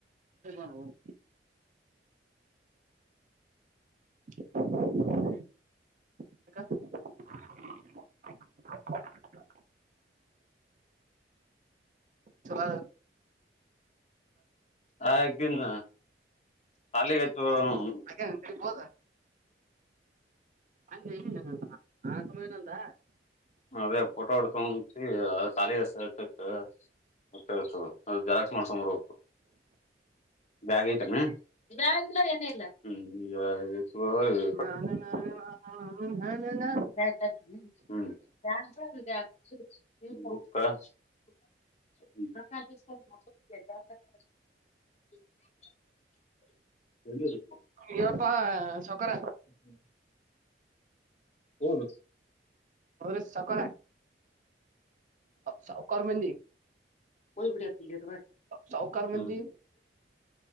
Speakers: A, on the right; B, on the left.
A: <unintelligible> <unintelligible> ಯಾಕ <unintelligible> ಚಲ
B: ಹಾಗಿನ ಕಾಲಿಗತ್ <unintelligible>
A: ಅಕ್ಕ <unintelligible> ಅಲ್ಲಿ ಆಗ್ಮೇನ್ ಅಂದ.
B: ಅದೇ ಫೋಟೋ ಹೊಡ್ಕೊಂಡಿ <unintelligible> <unintelligible> ಜರಾಕ್ಸ್ ಮಾಡ್ಸ್ಕಬರ್ಬೇಕು ಬ್ಯಾಗ್ ಐತನ ಬ್ಯಾಗಿಲ್ಲ ಎನಿಲ್ಲ. ಯಾ ಇ ಸು <unintelligible>
A: ನಾ ನಾನ ನಾ ನರಿ ನನಾನ.
B: <unintelligible> ಹು <unintelligible> ತಗ <unintelligible> <unintelligible> ಎಲ್ಲದೆ.
A: ಇಯಪ್ಪಾ ಸವ್ಕಾರ.
B: ಹ್ಮ್ ಹು ನ್ರಿ
A: ಬರ್ರಿ ಸವ್ಕಾರೆ. ಸವ್ಕಾರ್ ಮಂದಿ.
B: ಹಯ್ ಬಿಯತಿಲ್ಲಿರುವ
A: ಸಾವಕಾರ
B: ಹ್ಮೇ
A: ಮಂದಿ